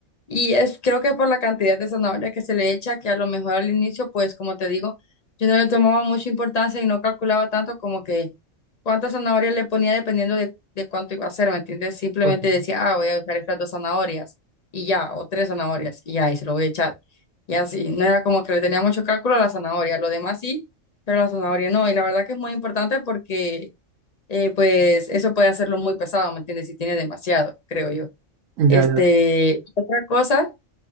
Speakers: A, on the left; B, on the right.
A: Y es, creo que por la cantidad de zanahoria que se le echa, que a lo mejor al inicio, pues como te digo, yo no le tomaba mucha importancia y no calculaba tanto como que cuántas zanahorias le ponía dependiendo de, de cuánto iba a hacer, ¿me entiendes? Simplemente
B: Ok.
A: decía, ah, voy a usar estas dos zanahorias y ya, o tres zanahorias y ya, y se lo voy a echar. Y así, no era como que le tenía mucho cálculo a la zanahoria, lo demás sí, pero la zanahoria no. Y la verdad que es muy importante porque, eh, pues, eso puede hacerlo muy pesado, ¿me entiendes? Si tiene demasiado, creo yo.
B: Ya,
A: Este,
B: ya.
A: otra cosa